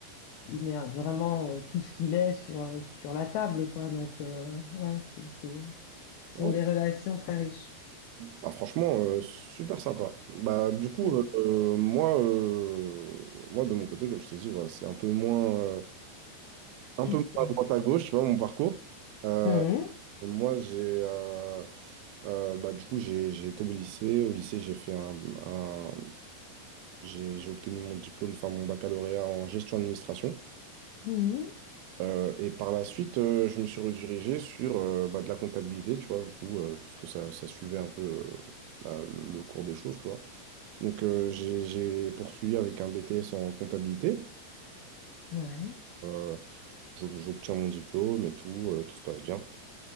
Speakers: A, on the left; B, on the right.
A: il met un- vraiment euh, tout ce qu'il est sur euh, sur la table, quoi. Donc euh, ouais, c'est c'est ce
B: Ouais.
A: sont des relations très riches.
B: Bah, franchement, euh, super sympa. Bah, du coup,
A: <coughs>
B: euh, euh, moi, euh, moi, de mon côté, comme je t'ai dit, voilà, c'est un peu moins, euh, un
A: <clears throat>
B: peu moins à droite à gauche, tu vois, mon parcours. Euh,
A: Mhm,
B: Moi, j'ai euh, euh, bah, du coup j'ai j'ai été au lycée. Au lycée, j'ai fait un, un- j'ai j'ai obtenu mon diplôme, enfin mon baccalauréat en gestion administration.
A: mhm,
B: Euh, et par la suite, euh, je me suis redirigé sur euh, bah, de la comptabilité, tu vois, du coup, euh, parce que ça, ça suivait un peu euh, la- le le cours des choses, tu vois. Donc euh, j'ai j'ai poursuivi avec un BTS en comptabilité.
A: ouais.
B: Euh, j'ob- j'obtiens mon diplôme et tout, euh, tout se passe bien.